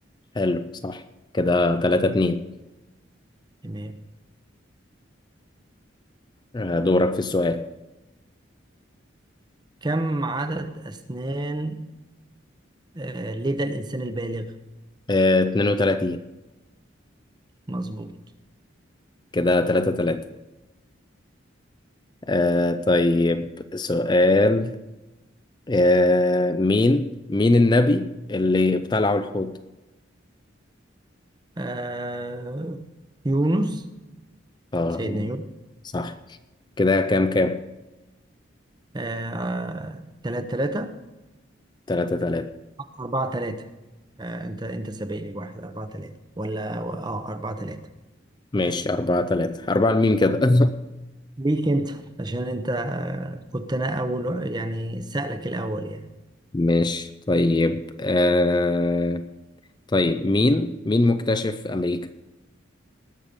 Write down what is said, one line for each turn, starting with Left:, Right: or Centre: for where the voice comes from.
Left: حلو صح كده تلاتة اتنين
Right: تمام
Left: آه دورك في السؤال
Right: كم عدد أسنان آه، لدى الإنسان البالغ
Left: آه اتنين وتلاتين
Right: مظبوط
Left: كده تلاتة تلاتة آه طيب سؤال آه مين مين النبي اللي ابتلعه الحوت؟
Right: آه، يونس
Left: اه
Right: سيدنا
Left: صح كده كام كام
Right: آه... تلاتة تلاتة
Left: تلاتة تلاتة
Right: أربعة تلاتة آه... أنت أنت سابقني بواحد أربعة تلاتة ولا أه أربعة تلاتة
Left: ماشي أربعة تلاتة أربعة لمين كده <laughs>
Right: ليك أنت عشان أنت آه... كنت أنا أول يعني سألك الأول يعني
Left: ماشي طيب آه... طيب مين مين مكتشف أمريكا